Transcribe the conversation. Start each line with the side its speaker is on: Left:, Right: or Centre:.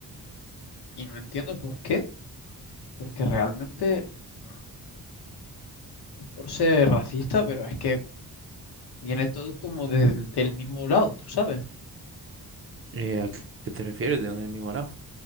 Left: y no entiendo por qué, porque realmente, mm, no es por ser racista, pero es que viene todo como del del mismo lado, tú sabes.
Right: Eh, ¿a qué te refieres? ¿De dónde es mi morado?